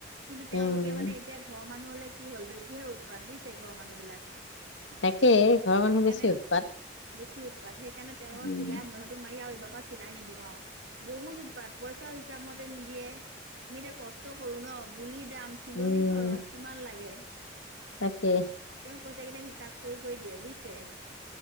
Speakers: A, on the right; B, on the left.
A: কিন্তু
B: উম
A: তেওঁলোকে মানে এতিয়া ঘৰ মানুহ হ'লে কি হ'ল বেছিহে পাত বুজিছে ঘৰৰ মানুহবিলাক
B: তাকে ঘৰৰ মানুহ
A: সেইকাৰণে
B: বেছি উৎপাত
A: বেছি উৎপাত, সেইকাৰণে তেওঁৰ
B: উম
A: চিলাই মুধাটো মাৰি আৰু এইবাৰ চিলাই নিদিওঁ আৰু, বহুত উৎপাত পইচা হিচাপ মতে নিদিয়ে, আমি এতিয়া কষ্ট কৰো ন, গুলি দাম চিলনি
B: উম
A: খৰচ কিমান লাগে।
B: তাকে।
A: তেওঁ পইচা কেইটা হিচাপ কৰি কৰি দিয়ে বুজিছে।